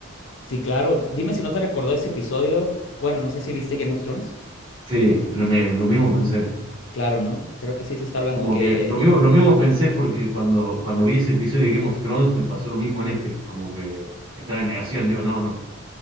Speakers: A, on the left; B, on the right.
A: Sí, claro. Dime si no te recordó ese episodio. Bueno, no sé si viste Game of Thrones.
B: Sí, lo, me- lo mismo pensé.
A: Claro, ¿no? Creo que sí se está hablando
B: Como
A: que...
B: que lo mismo, lo mismo pensé porque cuando, cuando vi ese episodio de Game of Thrones me pasó lo mismo en este, como que estaba en negación, digo, no, no,